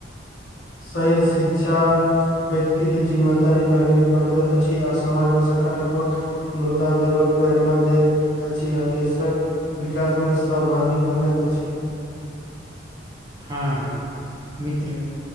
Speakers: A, on the left (about 65°); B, on the right (about 20°).
A: सही शिक्षा। व्यक्ति केँ जिम्मेदारी नागरिक बनबैत अछि आ समाजमे सकारात्मक योगदान देबबाक प्रेरणा दैत अछि आ देश कऽ विकास म सहभागी बनैत अछि।
B: हँ <inaudible> मित्र।